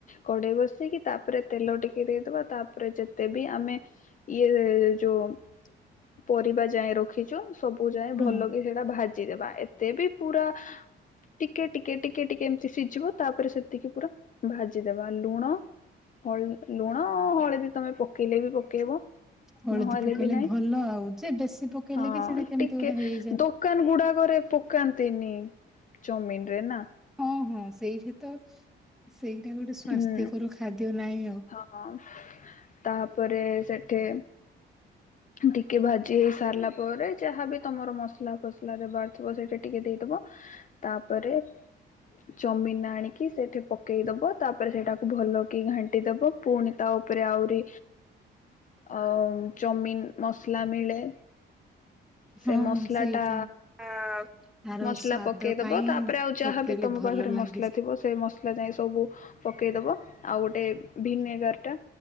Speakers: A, on the left (about 40°); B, in the centre.
A: କଡେଇ ବସେଇିକ ତାପରେ ତେଲ ଟିକେ ଦେଇଦବା ତାପରେ ଯେତେ ବି ଆମେ ଇଏ ଯୋଉ ପରିବା ଯାଏଁ ରଖିଛୁ ସବୁ ଯାଏଁ
B: ହଁ
A: ଭଲ କି ସେଟା ଭାଜି ଦେବା ଏତେ ବି ପୁରା ଟିକେ ଟିକେ ଟିକେ ଟିକେ ଏମିତି ସିଝିବ ତାପରେ ସେତିକି ପୁରା ଭାଜିଦବା ଲୁଣ ହଳ ଲୁଣ ହଳଦୀ ତମେ ପକେଇଲେ ବି କେବ
B: ହଳଦୀ
A: ନହେଲେ
B: ପକେଇଲେ
A: ବି ନାଇଁ
B: ଭଲ ଆଉ ଯେ ବେଶୀ ପକେଇଲେ
A: ହଁ
B: କି ସେଇଟା କେମିତି
A: ଟିକେ।
B: ଗୋଟେ ହେଇଯାଏ।
A: କାନ ଗୁଡାକରେ ପକାନ୍ତିନି ଚମିନ ରେ ନା।
B: ହଁ ହଁ ସେଇଠି ତ ସେଇଟା ଗୋଟେ ସ୍ଵାସ୍ଥ୍ୟକର
A: ହୁଁ
B: ଖାଦ୍ୟ ନାହିଁ ଆଉ।
A: ହଁ ତାପରେ ସେଠି ଟିକେ ଭାଜି ହେଇ ସାରିଲା ପରେ ଯାହାବି ତମର ମସଲା ଫସ ଲାରେ ବାରଥିବ ସେଇଟା ଟିକେ ଦେଇଦବ ତାପରେ ଚଅମିିନ ଆଣିକି ସେଇଠି ପକେଇଦବ। ତାପରେ ସେଟାକୁ ଭଲ କି ଘାଣ୍ଟି ଦବ ପୁଣି ତା ଉପରେ ଆହୁରି ଆ ଚଉମିନ ମସଲା ମିଳେ। ସେ
B: ହଁ
A: ମସଲା
B: ସେଇଟା।
A: ଟା
B: ଆ ତାର
A: ମସଲା
B: ସ୍ଵାଦ
A: ପକେଇଦବ
B: ପାଇଁ
A: ତାପରେ ଆଉ ଯାହାବି
B: ପକେଇଲେ
A: ତମ
B: ଭଲ
A: ପାଖରେ
B: ଲାଗେ
A: ମସଲା ଥିବ ସେ ମସଲା ଯାଇ ସବୁ ପକେଇଦବ ଆଉ ଗୋଟେ ଭିନେଗାର ଟା